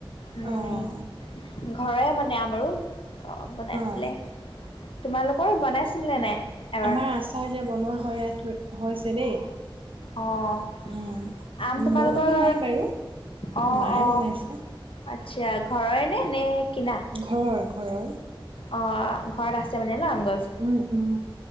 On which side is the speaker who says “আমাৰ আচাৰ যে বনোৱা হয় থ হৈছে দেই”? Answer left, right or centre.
Right